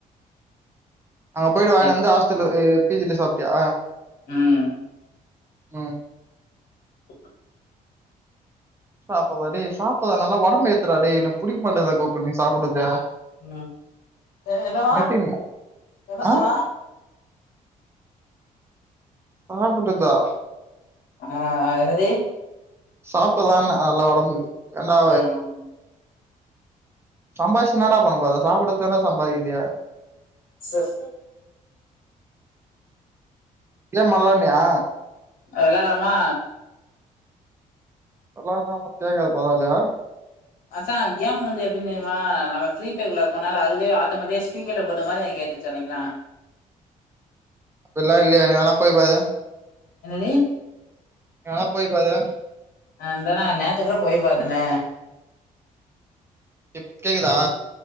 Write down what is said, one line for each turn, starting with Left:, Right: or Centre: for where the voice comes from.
Right: அங்க போயிட்டு வாங்கினு
Left: நெட்
Right: வந்து ஹாஸ்டல்ல அ பி ஜில சாப்ட்டியா
Left: ம்
Right: ம்
Left: உ
Right: சாப்புறா டே சாப்புறா நல்லா ஒடம்ப ஏத்துறா டே என்ன புடிக்க மாட்டாது போக்குண்ணே சாப்டுதே
Left: ம் எ என்னவா
Right: நித்தினு
Left: என்ன
Right: ஆ
Left: சொன்னா
Right: சாப்புடுதா
Left: ஆ என்னது
Right: சாப்புதான நல்லா ஒடம்பு ஏண்டா
Left: ம்
Right: சம்பாச்சுஎன்னடா பண்ண போர சாப்பிடறதுக்கு தானே சம்பாதிக்கிரிய
Left: சஃ
Right: ஏ மல்லண்ணியா
Left: அதல்லா லாமா
Right: அல்ல நா நாம் கி யே கா பாதலயா
Left: மச்சா கேம் வந்து எப்டினு தெரிமா நம் ஃப்ரீஃபைய்யர்க்குள்ள போனாலு அதுவே ஆட்டமெதிக்கா ஸ்பீக்கர்ல போட்ட மாதிரி என கேக்து சென்னைக்குலா
Right: அப்பல்லா இல்லியே எங்கனா போய் பாரு
Left: என்னது
Right: எங்கனா போய்ப்பாரு
Left: நாந்த நா நேத்து கூட போய் பாத்தனே
Right: இப் கேக்குதா